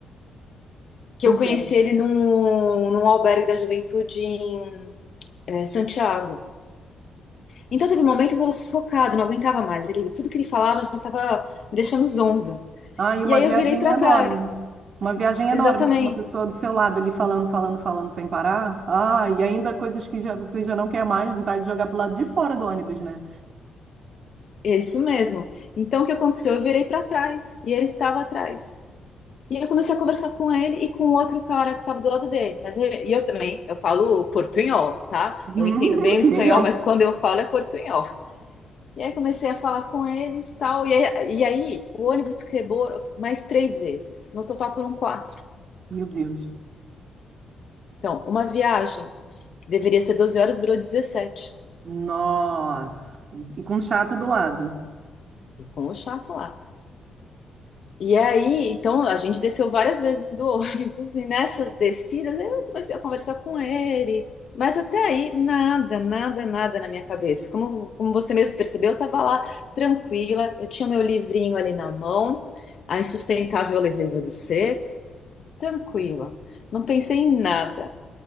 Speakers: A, on the left; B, on the right.
A: Que
B: Entendo.
A: eu conheci ele num, num albergue da juventude em eh, Santiago. Então teve um momento que eu tava sufocada, não aguentava mais. Ele, tudo que ele falava já tava me deixando zonza.
B: Ah, e uma
A: E aí
B: viagem
A: eu virei pra
B: enorme.
A: trás.
B: Uma viagem enorme,
A: Exatamente.
B: com uma pessoa do seu lado ali falando, falando, falando sem parar. Ah, e ainda coisas que já, você já não quer mais, vontade de jogar pro lado de fora do ônibus, né?
A: É Isso mesmo. Então o que aconteceu? Eu virei pra trás e ele estava atrás. E eu comecei a conversar com ele e com outro cara que estava do lado dele. Mas eu, e eu também, eu falo portunhol, tá?
B: <laughs>
A: Eu entendo bem o
B: Que
A: espanhol,
B: nem eu.
A: mas quando eu falo é portunhol. E aí comecei a falar com eles, tal. E aí, e aí o ônibus quebrou mais três vezes. No total foram quatro.
B: Meu Deus.
A: Então, uma viagem que deveria ser 12 horas durou dezessete
B: Nossa. E com um chato do lado.
A: E com o chato lá. E aí, então, a gente desceu várias vezes do <laughs> ônibus. E nessas descidas, eu comecei a conversar com ele. Mas até aí, nada, nada, nada na minha cabeça. Como, como você mesmo percebeu, eu estava lá tranquila. Eu tinha meu livrinho ali na mão. A Insustentável Leveza do Ser. tranquila, não pensei em nada.